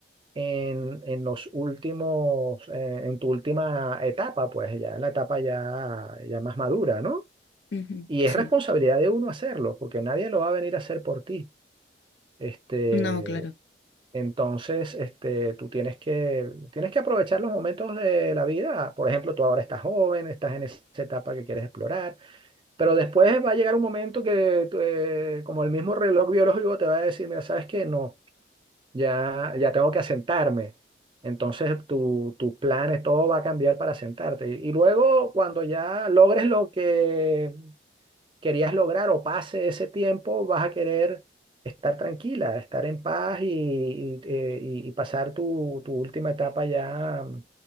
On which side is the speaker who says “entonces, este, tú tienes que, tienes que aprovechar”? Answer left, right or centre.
Right